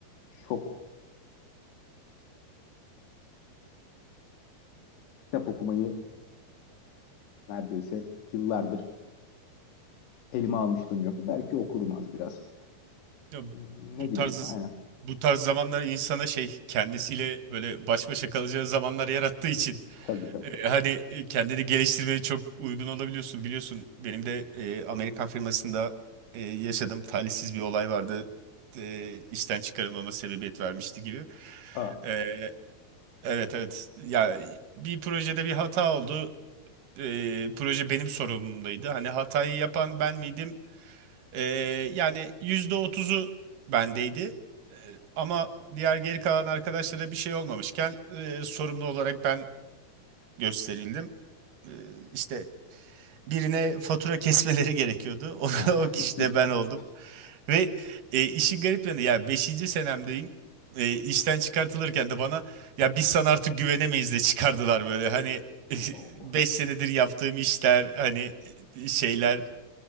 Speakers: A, on the left; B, on the right.
A: çok kitap okumayı neredeyse yıllardır elime almışlığım yok. Belki okurum az biraz.
B: Ya
A: Ne
B: bu
A: bileyim
B: tarz
A: aynen.
B: bu tarz zamanlar insana şey kendisiyle böyle baş başa kalacağı zamanlar yarattığı için
A: Tabii tabii.
B: e, hani e, kendini geliştirmeye çok uygun olabiliyorsun. Biliyorsun benim de e, Amerikan firmasında e, yaşadığım talihsiz bir olay vardı. E, işten çıkarılmama sebebiyet vermişti gibi.
A: Aa.
B: E, evet evet. Ya bir projede bir hata oldu. E, proje benim sorumluluğumdaydı. Hani hatayı yapan ben miydim? Ee, yani yüzde otuzu bendeydi. Ee, ama diğer geri kalan arkadaşlara bir şey olmamışken e, sorumlu olarak ben gösterildim. Ee, işte birine fatura kesmeleri gerekiyordu. <laughs>
A: ha.
B: O, o kişi
A: <laughs>
B: de ben oldum. Ve e, işin garip yanı ya beşinci senemdeyim. E, işten çıkartılırken de bana ya biz sana artık güvenemeyiz de çıkardılar böyle. Hani <laughs>
A: O-
B: 5 senedir yaptığım işler hani e, şeyler